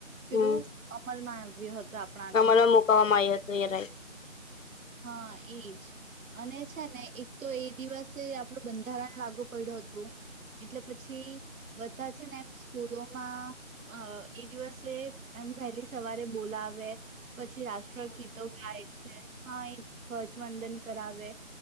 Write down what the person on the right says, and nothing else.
પેલું
અમલમાં આવ્યો હતો આપણા
ત્યાં
હા, એજ અને છે ને એક તો એ દિવસે આપણું બંધારણ લાગુ પડ્યું હતું, એટલે પછી બધા છે ને એમ સ્કૂલોમાં એ અ દિવસે એમ વહેલી સવારે બોલાવે. પછી રાષ્ટ્ર ગીતો ગાય છે. હા એ ધ્વજવંદન. કરાવે